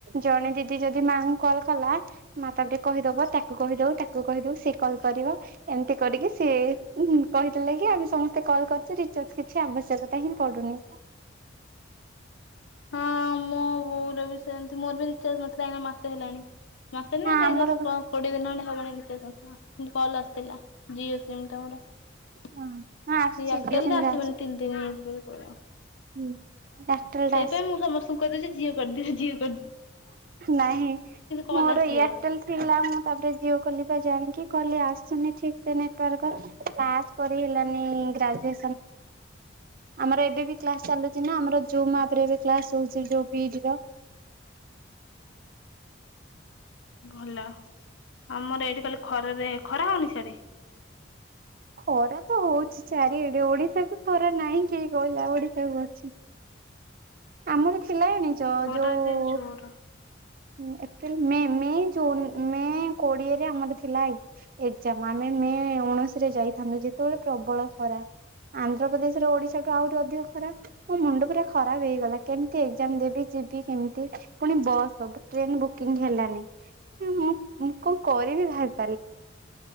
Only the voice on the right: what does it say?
ଜଣେ ଦିଦି ଯଦି ମାଇଁ କଲ୍ କଲା ମା ତା ଟିକେ କହିଦବ ତାକୁ କହିଦଉ ତାକୁ କହିଦଉ ସେ। କଲ କରିବ ଏମିତି କରିକି। ସେି କହିଥିଲେ କି ଆମେ ସମସ୍ତେ କଲ କରିୁଛେ ରିଚାର୍ଜ କିଛି ଆବଶ୍ୟକତା ହିଁ ପଡୁନି।
ଆମର
ହଁ
ହଁ ଆସୁଛି
ଜିଓ ସିମ୍
ଟା ଆସୁଛି।
ହୁଁ। ଏୟାରଟେଲ
ଟା
ନାଇଁ
ମୋର
ଏୟାରଟେଲ ଥିଲା ମୁଁ ତାପରେ ଜିଓ କଲିବା ଯାଇକି କହିଲି ଆସୁନି। ଠିକ ସେ ନେଟୱାର୍ ପାସ୍ କରି ହେଲାନି ଗ୍ରାଜୁ। ଆମର ଏବେ ବି। କ୍ଲାସ ଚାଲୁଛି ନା ଆମର ଜୁନ୍ ମାର୍ଚ୍ଚ ରେ ଏବେ କ୍ଲାସ ହଉଚି ଯୋଉ ପି ଯୁଗ।
ଖରା ତ ହଉଛି ଚାରିଆଡେ ଓଡିଶାକୁ ଖରା ନାହିଁ କିଏ କହିଲା ଓଡିଶାକୁ ଅଛି। ଆମର। ସିଲାଣିଛ
ଯୋଉ।
ହଁ ଏପ୍ରିଲ ମେ ମେ। ମେ କୋଡିଏରେ ଆମର ଥିଲା ଏଜାମ ଆମେ ମେ ଉଣେଇଶି ରେ ଯାଇଥାନ୍ତୁ ଯେତେବେଳେ ପ୍ରବଳ ଖରାପ ଆନ୍ଧ୍ରପ୍ରଦେଶରେ ଓଡିଶାଠୁ ଆହୁରି ଅଧିକ ଖରାପ ମୋ ମୁଣ୍ଡ ପୁରା ଖରାପ ହେଇଗଲା କେମିତି ଏଜାମ ଦେବି ଯିବି କେମିତି ପୁଣି ବସ୍ ହବ ଟ୍ରେନ ବୁକିଂ ହେଲାନି <inaudible> ହ ମୁଁ କଣ କରିବି ଭାବ